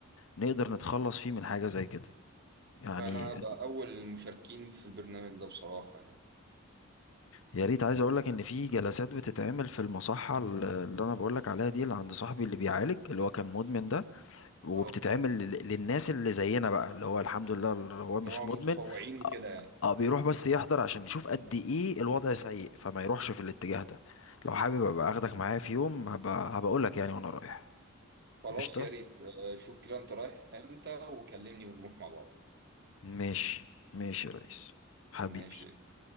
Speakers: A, on the left (about 65°); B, on the right (about 50°).
A: نقدر نتخلص فيه من حاجة زي كده يعني
B: فانا هبقى اول المشاركين في البرنامج ده بصراحه يعني
A: يا ريت عايز اقول لك ان في جلسات بتتعمل في المصحة ال- اللي انا بقول لك عليها دي اللي عند صاحبي اللي بيعالج اللي هو كان مدمن ده وبتتعمل
B: اه
A: لل- للناس اللي زينا بقى اللي هو الحمد لله اللي هو مش
B: اللي هو
A: مدمن
B: متطوعين وكده
A: اه
B: يعني
A: آه، بيروح بس يحضر عشان يشوف قد ايه الوضع سيء فما يروحش في الاتجاه ده لو حابب ابقى اخدك معايا في يوم هبقى هبقول لك يعني وانا رايح
B: خلاص
A: قشطة
B: يا ريت آه، شوف كده انت رايح امتى وكلمني ونروح مع بعض
A: ماشي ماشي يا ريس حبيبي
B: ماشي